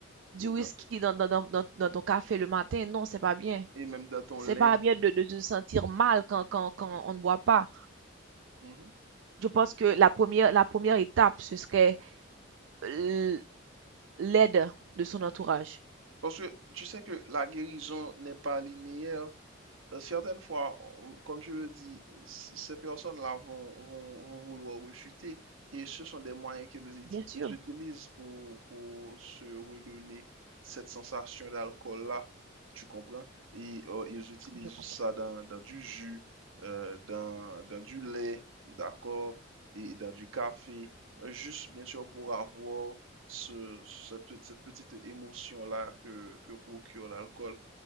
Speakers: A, on the right; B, on the right.
A: Du
B: exact.
A: whisky dans, dans, dans, dans- dans ton café le matin, non, c'est pas bien.
B: Et même dans ton
A: C'est
B: lait.
A: pas bien de, de se sentir mal quand, quand, quand on ne boit pas.
B: Mhm.
A: Je pense que la première, la première étape, ce serait euh, l'aide de son entourage.
B: Parce que tu sais que la guérison n'est pas linéaire. euh, certaines fois, on- comme je le dis, c- ces personnes-là vont, vont, vont vouloir rechuter et ce sont des moyens qu'ils uti-
A: Bien sûr,
B: utilisent pour, pour se redonner cette sensation d'alcool-là, tu comprends? Et euh, ils utilisent
A: je comprends.
B: ça dans, dans du jus, euh, dans, dans du lait, d'accord, et dans du café, euh, juste bien sûr pour avoir ce, cette, petite- cette petite émotion-là que, que procure l'alcool